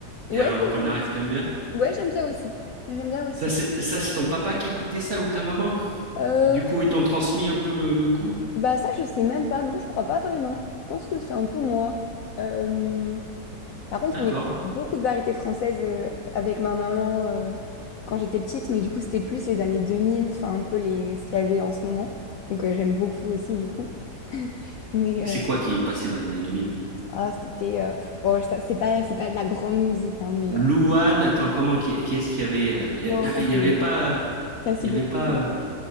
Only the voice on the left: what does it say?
Ouais,
<laughs> c'est-
ouais, j'aime bien aussi. J'aime bien aussi.
Euh,
bah ça, je sais même pas, non, je crois pas vraiment. Je pense que c'est un peu moi. Euh, Par contre,
on écoutait beaucoup de variétés françaises euh, avec ma maman euh, quand j'étais petite, mais du coup, c'était plus les années 2000, enfin un peu les... ce qu'il y avait en ce moment. Donc euh, j'aime beaucoup aussi du coup. Mais
euh,
ah, c'était... euh, pff, bon, ça- c'est pas, c'est pas de la grande musique, hein, mais...
euh,
non,
ça
c'est
ça c'est
beaucoup
plus...